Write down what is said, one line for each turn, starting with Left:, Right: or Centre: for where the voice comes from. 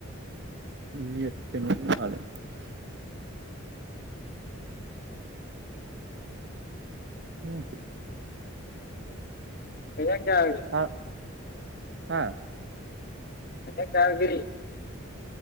Right: ꯅꯦꯠ ꯀꯩꯅꯣꯒꯤ ꯃꯥꯥꯂꯦ ꯎꯝ
Left: ꯀꯩꯩ ꯌꯦꯟꯖꯥꯡ ꯆꯔꯒꯦ
Right: ꯍꯥ ꯍꯥꯥ
Left: ꯀꯩ ꯌꯦꯟꯖꯥꯡ ꯆꯥꯔꯒꯦ